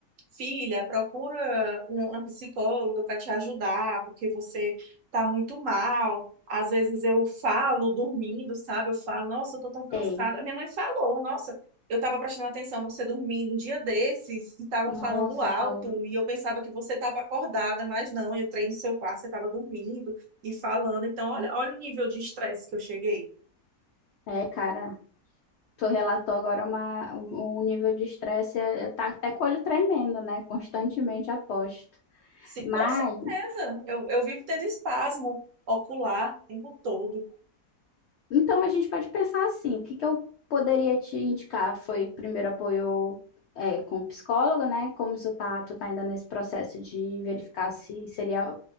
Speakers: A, on the right; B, on the left.
A: Filha, procura um- uma psicóloga para te ajudar, porque você tá muito mal. Às vezes eu falo dormindo, sabe? Eu falo, nossa, eu tô tão cansada.
B: Sei.
A: A minha mãe falou, nossa, eu tava prestando atenção você dormindo um dia desses e tava
B: Nossa,
A: falando alto
B: falo,
A: e eu pensava que você tava acordada, mas não, eu entrei no seu quarto, você tava dormindo e falando. Então, olha, olha o nível de estresse que eu cheguei.
B: é, cara, tu relatou agora uma, um um nível de estresse, é, tá até com o olho tremendo, né? Constantemente aposto.
A: Sim,
B: Mas
A: com certeza. Eu, eu vivo tendo espasmo ocular o tempo todo.
B: Então, a gente pode pensar assim, o que que eu poderia te indicar? Foi primeiro apoio é, com o psicólogo, né? Como tu tá, tu tá ainda nesse processo de verificar se seria